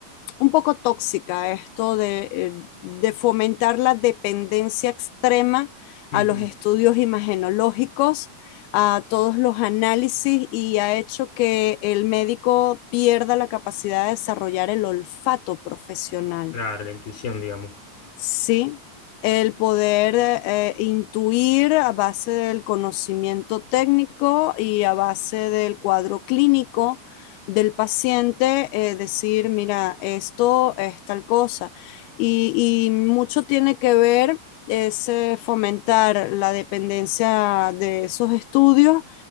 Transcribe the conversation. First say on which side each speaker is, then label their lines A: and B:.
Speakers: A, on the left; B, on the left.
A: un poco tóxica esto de, eh, de fomentar la dependencia extrema
B: ujú.
A: a los estudios imagenológicos, a todos los análisis y ha hecho que el médico pierda la capacidad de desarrollar el olfato profesional.
B: Claro, la intuición, digamos.
A: Sí, el poder eh, intuir a base del conocimiento técnico y a base del cuadro clínico del paciente, eh, decir, mira, esto es tal cosa. Y, y mucho tiene que ver es eh, fomentar la dependencia de esos estudios,